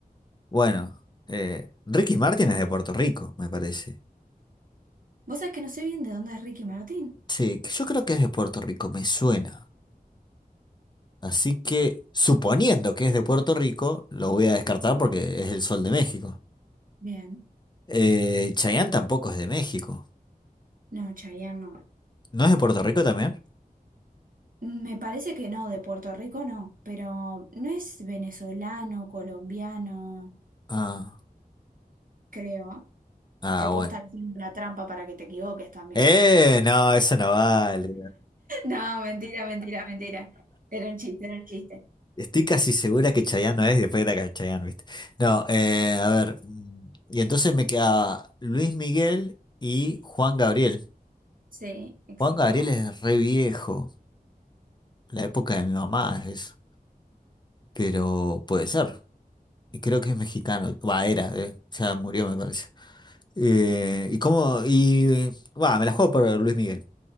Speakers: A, on the left (about 30°); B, on the right (about 60°).
A: Bueno, eh, Ricky Martin es de Puerto Rico, me parece.
B: ¿Vos sabés que no sé bien de dónde es Ricky Martin?
A: Sí, que yo creo que es de Puerto Rico, me suena. Así que, suponiendo que es de Puerto Rico, lo voy a descartar porque es el Sol de México.
B: Bien.
A: Eh, Chayanne tampoco es de México.
B: No, Chayanne no.
A: ¿No es de Puerto Rico también?
B: Me parece que no, de Puerto Rico no, pero no es venezolano, colombiano,
A: Ah,
B: creo.
A: ah,
B: Te puedo
A: bueno.
B: estar haciendo la trampa para que te equivoques también.
A: Eh, no, eso no vale.
B: No, mentira, mentira, mentira. Era un chiste, era un chiste.
A: Estoy casi segura que Chayanne no es y después era que Chayanne, ¿viste? No, eh, a ver. mm, Y entonces me queda Luis Miguel y Juan Gabriel.
B: Sí, exacto.
A: Juan Gabriel es re viejo, la época de mi mamá es eso, pero puede ser, y creo que es mexicano, va, era, eh, ya murió me parece. Eh, y cómo, y, eh, va, me la juego por Luis Miguel.